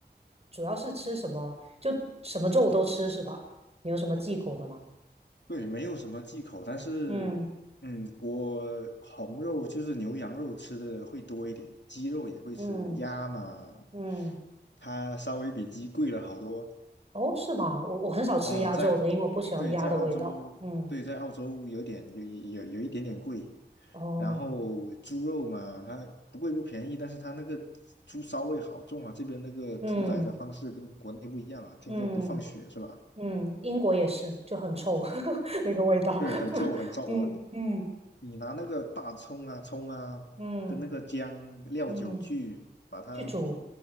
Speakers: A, on the right (about 35°); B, on the left (about 85°).
A: 主要是吃什么？就什么肉都吃是吧？你有什么忌口的吗？
B: 对，没有什么忌口，但是，
A: 嗯
B: 嗯，我红肉就是牛羊肉吃的会多一点，鸡肉也会吃，
A: 嗯
B: 鸭嘛，
A: 嗯，
B: 它稍微比鸡贵了好多。
A: 哦，是吗？我我很少吃鸭肉的，
B: 哦，在，
A: 因为我不喜欢鸭的味道。
B: 对，在澳洲，
A: 嗯，
B: 对，在澳洲有点有有有一点点贵。
A: 哦，
B: 然后猪肉嘛，它不贵不便宜，但是它那个猪骚味好重啊，这边那个屠宰的方式跟国内不一样啊，
A: 嗯
B: 听说不放血是吧？
A: 嗯嗯，英国也是，就很臭 <laughs> 那个味道。
B: 对，
A: <laughs>
B: 很臭很臭，
A: 嗯嗯。
B: 我你拿那个大葱啊、葱啊，
A: 嗯
B: 跟那个姜、料酒去把它
A: 嗯，去煮，